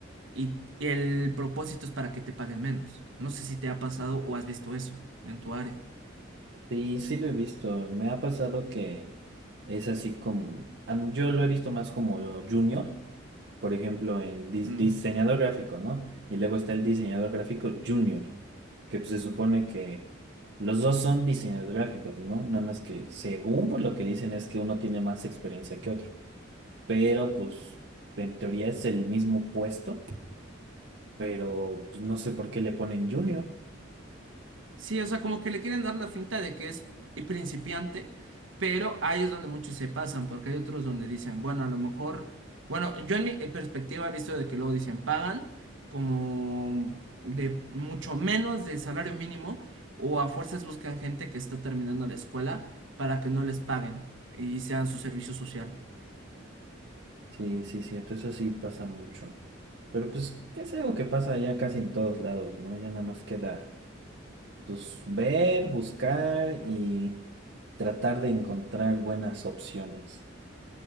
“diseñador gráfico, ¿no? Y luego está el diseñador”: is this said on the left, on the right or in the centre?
Right